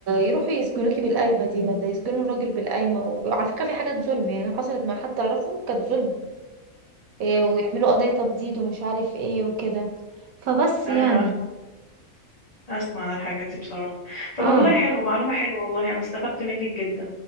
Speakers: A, on the right; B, on the left.
A: يروحوا يسجنوكي بالقايمه دي ولا يسجنوا الراجل بالقايمه وعلى فكره في حاجات ظلم يعني حصلت مع حد اعرفه كانت ظلم إيه
B: مم.
A: ويعملوا قضيه تبديد ومش عارف ايه وكده فبس
B: ايوه
A: يعني
B: اسمع اسمع عن الحاجات دي بصراحة طب
A: اه
B: والله حلو معلومة حلوة والله انا استفدت منك جدا